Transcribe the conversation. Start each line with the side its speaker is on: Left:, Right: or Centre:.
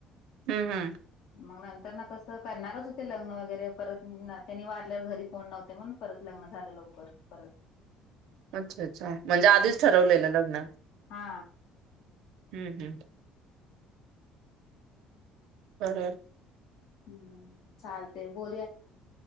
Right: हम्म हम्
Left: मग नंतरनं कसं करणारच होते लग्न वगैरे परत तेनी वारल्यावर घरी कोण नव्हते म्हणून परत लग्न झालं लवकर परत
Right: अच्छा अच्छा म्हणजे आधीच
Left: हम्म.
Right: ठरवलेलं लग्न?
Left: हा
Right: हम्म हम्म हं हं
Left: हम्म चालतय बोल